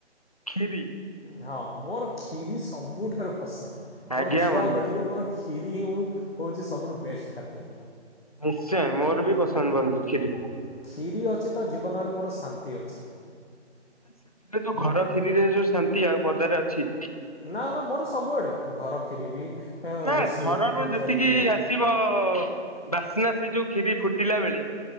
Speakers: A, on the left; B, on the left.
A: ଖରି
B: ହଁ ମୋର କ୍ଷୀରି ସବୁଠାରୁ ପସନ୍ଦ
A: ଆଜ୍ଞା
B: ମୋର ଛୁଆ
A: ବନ୍ଧୁ
B: ବେଳରୁ ମୋର ଖିରି ହିଉଁ ଯେ ସବୁଠୁ ବେଷ୍ଟ <unintelligible>
A: ନିଶ୍ଚୟ ମୋର ବି ପସନ୍ଦ
B: ହଁ।
A: ବନ୍ଧୁ କ୍ଷିରି।
B: କ୍ଷୀରି ଅଛି ତ ଜୀବନରେ ମୋର ଶାନ୍ତି ଅଛି।
A: ସେଥିରେ ଯୋଉ
B: ହେଲା।
A: ଘର କ୍ଷିରିରେ ଯୋଉ ଶାନ୍ତି ଆଉ ପଦାରେ ଅଛି।
B: ନା ନା ମୋର ସବୁଆଡେ ଘର କ୍ଷୀର ବି ଏଁ,
A: ନା
B: ରୋଷେଇ
A: ଘରର
B: ପୂଜାରେ
A: ଯେତିକି
B: କ୍ଷୀରି
A: ଆସିବ ବାସ୍ନା ସେ ଯୋଉ କ୍ଷିରି ଫୁଟିଲା ବେଳେ